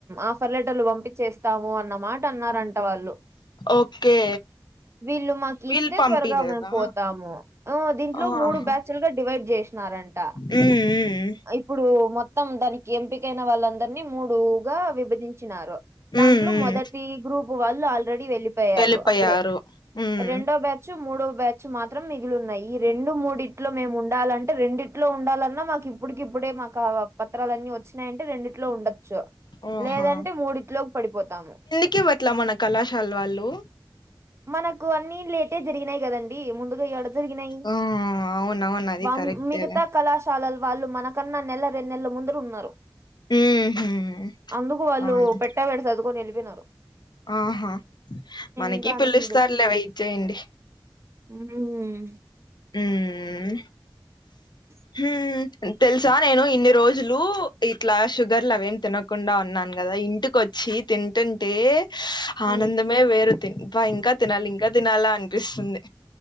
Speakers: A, on the right; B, on the left.
A: ఆఫర్ లెటర్లు పంపించేస్తాము అన్నమాట అన్నారంట వాళ్ళు
B: ఓకే
A: వీళ్ళు మాకు
B: వీళ్ళు
A: ఇస్తే
B: పంపిలేదా
A: త్వరగా మేము పోతాము దీంట్లో
B: ఆహా
A: మూడు బ్యాచ్ చులుగా డివైడ్ చేసినారంట
B: మ్మ్ మ్మ్
A: ఇప్పుడు మొత్తం దానికి ఎంపిక అయిన వాళ్ళందరినీ మూడుగా విభజించినారు
B: మ్మ్
A: దాంట్లో
B: మ్మ్
A: మొదటి గ్రూప్ వాళ్ళు ఆల్రెడీ వెళ్లిపోయారు
B: వెళ్ళిపోయారు
A: అప్పుడే
B: మ్మ్
A: రెండో బ్యా చ్ మూడో బ్యాచ్ మాత్రం మిగిలిన్నాయి ఈ రెండు మూడిట్లో మేము ఉండాలంటే రెండి ట్లో ఉండాలన్నా మాకు ఇప్పుడుకి ఇప్పుడే మాకు ఆ పత్రాలులన్నీ వచ్చినాయంటే రెండిట్లో ఉండ చ్చు
B: ఓహా
A: లేదంటే మూడిట్లోకి పడిపోతాము
B: కే ఇవ్వట్ల మన కళాశాల వాళ్ళు
A: మనకు అన్ని లేటే జరిగినాయి కదం డి ముందుగా యడ జరిగినాయి
B: ఆ అవునవును అది
A: వామ్
B: కరెక్టేలే
A: మిగతా కళా శాలల వాళ్ళు మనకన్నా నెల రెన్నేళ్లు ముందుర ఉన్నారు
B: మ్మ్ హ్మ్
A: అందుకు వాళ్ళు
B: అవును
A: పెట్టబేడి సర్దుకుని ఎళ్ళిపోయినారు
B: ఆహా మనకి
A: ఇంకా అందుకే
B: పిలుస్తారులే వెయిట్ చేయండి
A: ఉమ్మ్
B: ఉమ్మ్
A: చె
B: ఉమ్మ్ తెలుసా నేను ఇన్ని రోజులు ఇట్లా షుగర్లు అవేం తిన కుండా ఉన్నాను కదా ఇంటికోచ్చి తింటుంటే ఆనందమే
A: ఉమ్.
B: వేరు తిన్ ప ఇంకా తినాలి ఇంకా తినాలా అనిపిస్తుంది